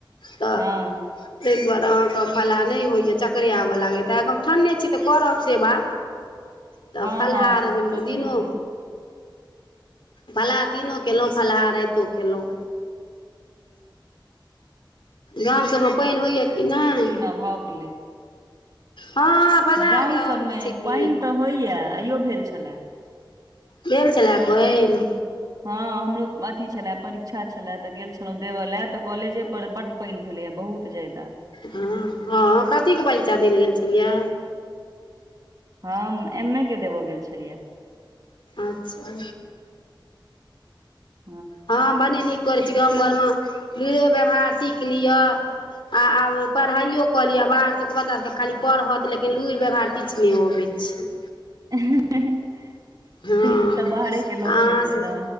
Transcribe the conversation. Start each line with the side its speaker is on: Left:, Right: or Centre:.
Left: तऽ
Right: हँ
Left: ताहि दुआरे अहाँके फलाहार नहि होइए चकरे आबय लागय तऽ हम ठण्ने छी तऽ करब से बात तब
Right: हँ
Left: फलहार
Right: हँ से तऽ
Left: दिनो
Right: छैहे
Left: फलाहार दिनो केलहुँ फलाहार राइतो केलहुँ गाम सभमे पानि होइए की नैय
Right: हँ भऽ गेलै
Left: हँ फलाहारके
Right: गाँव सभमे
Left: छै कि
Right: पाइन तऽ होइ यऽ आइयो भेल छलए
Left: भेल छले पाइन
Right: हँ हमरो अथी छलेय परीक्षा छलेए तऽ गेल छलहुँ देबय लए तऽ कॉलेजे पर बड्ड पाइन भेलै ए बहुत जायदा
Left: हँ हँ कथीके परीक्षा देल गेल छलियै
Right: हम एम ए के देबऽ गेल छलियै
Left: अच्छा
Right: हँ
Left: हँ बने नीक करै छी गांव घरमे लूइरो व्यवहार सीख लिअ आ आब पढ़ाईयो क लिअ बाहर सबके बच्चा सबके खाली पढ़त लेकिन लुरि व्यवहार किछ नइ अबै छै
Right: <unintelligible>
Left: हँ
Right: बाहरेके लोक
Left: अहाँ
Right: होइ
Left: सब
Right: छै न